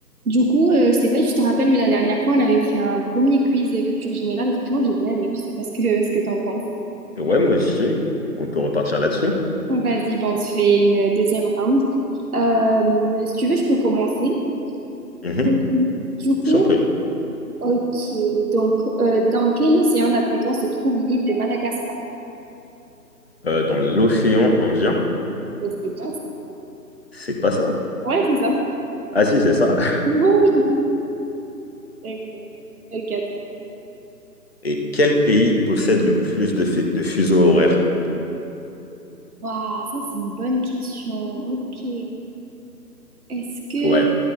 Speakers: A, on the right; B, on the left.
A: Du coup, euh, je sais pas si tu te rappelles, mais la dernière fois, on avait fait un premier quiz euh, culture générale et franchement, j'ai bien aimé. Je sais pas ce que, <laughs> ce que t'en penses.
B: Ouais, moi aussi. On peut repartir là-dessus.
A: Vas-y, bon, on se fait une deuxième round. Euh, si tu veux, je peux commencer.
B: Mhm,
A: Euh, Du
B: je
A: coup,
B: t'en prie.
A: ok, donc, euh, dans quel océan, d'après toi, se trouve l'île de Madagascar?
B: Euh, dans l'océan Indien,
A: Mais C'est bien ça.
B: c'est pas ça.
A: Ouais, c'est ça.
B: Ah si, c'est ça. <laughs>
A: <laughs> Oui. Ok, ok, à toi.
B: Et quel pays possède le plus de, fu- de fuseaux horaires?
A: Waouh, ça, c'est une bonne question. Ok. Est-ce que...
B: Ouais.